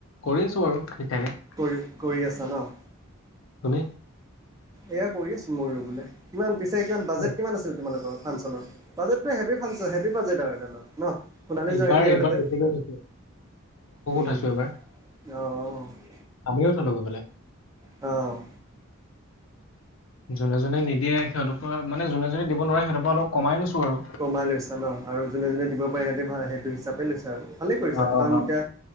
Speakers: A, on the left; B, on the right.
A: কৰি আছোঁ বাৰু ঠিক ঠাকে।
B: কৰি-কৰি আছা ন'?
A: শুনে
B: এয়া কৰি আছো মইও বোলে কিমান পিছে কিমান বাজেট
A: ক'ত?
B: কিমান আছিল তোমালোকৰ? ফাংচৰ বাজেটটো হেবি ফাংচন হেবি বাজেট আৰু এটা ন' ন? সোণালী
A: এইবাৰ
B: জয়ন্তী আৰু
A: এইবাৰ
B: তাতে
A: বেছিকৈ থৈছোঁ।
B: উম,
A: থৈছোঁ এইবাৰ।
B: অ।
A: আমিও থলো গৈ পেলে।
B: অ',
A: যোনে- যোনে নিদিয়ে সিহঁতৰ পৰা মান যোনে দিব নোৱাৰে সিহঁৰ পৰা অলপ কমাই লৈছোঁ। আৰু।
B: কমাই লৈছা ন' আৰু যোনে -যোনে দিব পাৰে সিহঁতে সেইটো হিচাপে লৈছা আৰু ভালে কৰিছা
A: অ, অ,
B: কাৰণ
A: অ।
B: এতিয়া